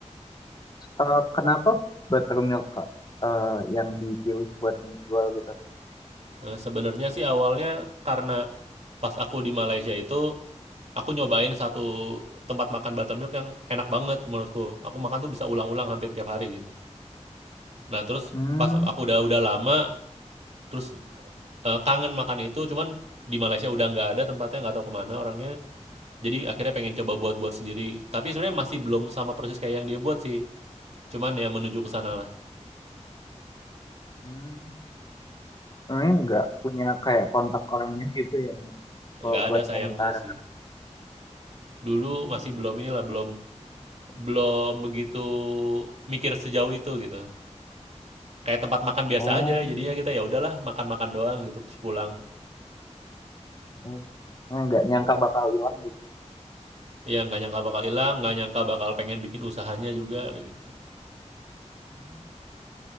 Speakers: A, on the left; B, on the right.
A: Eh, kenapa buttermilk Kak, eh, yang dipilih buat dijual gitu?
B: Eee, sebenarnya sih awalnya karena pas aku di Malaysia itu, aku nyobain satu tempat makan buttermilk yang enak banget menurutku. Aku makan tuh bisa ulang-ulang hampir tiap hari gitu. Nah terus
A: Hmm,
B: pas aku udah udah lama, terus, eee, kangen makan itu, cuman di Malaysia udah nggak ada tempatnya, nggak tahu kemana orangnya. Jadi akhirnya pengen coba buat-buat sendiri. Tapi sebenarnya masih belum sama persis kayak yang dia buat sih. Cuman ya menuju ke sana lah.
A: hmm. Sebenarnya nggak punya kayak kontak orangnya gitu ya mau kalau
B: Nggak
A: buat
B: ada sayangnya
A: mau minta resep.
B: sih. Dulu
A: Hmm.
B: masih belum inilah, belum Belum begitu mikir sejauh itu gitu. Kayak tempat makan biasa
A: Oh,
B: aja, jadinya kita ya udahlah makan-makan doang gitu, terus pulang.
A: oh. Nah, Nggak nyangka bakal hilang gitu.
B: Ya nggak nyangka bakal hilang, nggak nyangka bakal pengen bikin usahanya juga kayak gitu.
A: Hmm.